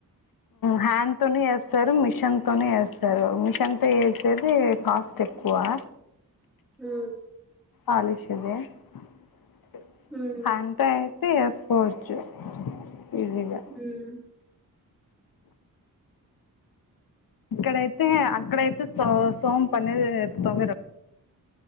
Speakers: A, on the left; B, in the centre.
A: హ్యాండ్ తోని వేస్తారు మిషన్ తోని వేస్తారు మిషన్ తో వేసేది కాస్ట్ ఎక్ వా
B: హు
A: <unintelligible>
B: హ్మ్.
A: <unintelligible> అయితే చేసుకోవచ్చు ఈజీగా
B: హ్మ్.
A: ఇక్కడైతే అక్కడైతే సో సోమ్పనేది <unintelligible>